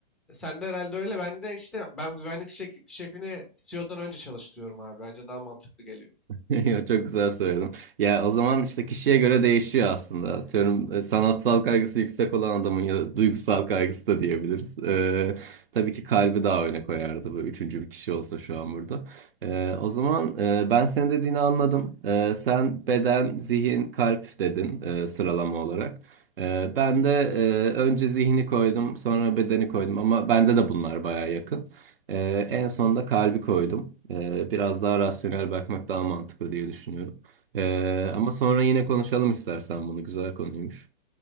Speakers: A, in the centre; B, on the right.
A: Sen de herhalde öyle. Ben de işte ben güvenlik şek- şefini CEO'dan önce çalıştırıyorum abi. Bence daha mantıklı geliyor.
B: <laughs> Yo, Çok güzel söyledin. Ya o zaman işte kişiye göre değişiyor aslında. Atıyorum e, sanatsal kaygısı yüksek olan adamın ya da duygusal kaygısı da diyebiliriz. Ee, tabii ki kalbi daha öne koyardı bu üçüncü bir kişi olsa şu an burada. Ee, o zaman e, ben senin dediğini anladım. Ee, sen beden, zihin, kalp dedin e, sıralama olarak. Ee, ben de e, önce zihni koydum, sonra bedeni koydum ama bende de bunlar baya yakın. Ee, en sonunda kalbi koydum. Ee, biraz daha rasyonel bakmak daha mantıklı diye düşünüyorum. Ee, ama sonra yine konuşalım istersen bunu. Güzel konuymuş.